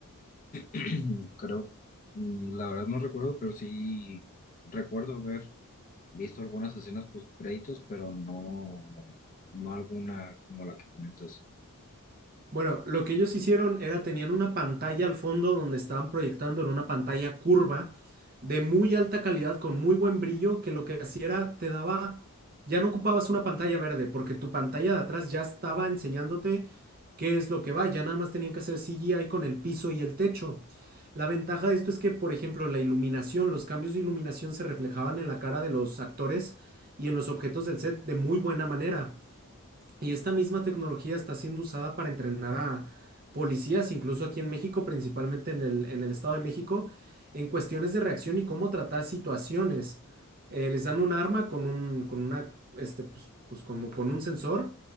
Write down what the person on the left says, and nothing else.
<clears throat> Creo, mm, la verdad no recuerdo, pero sí recuerdo ver. visto algunas escenas post créditos, pero no, no alguna como la que comentas.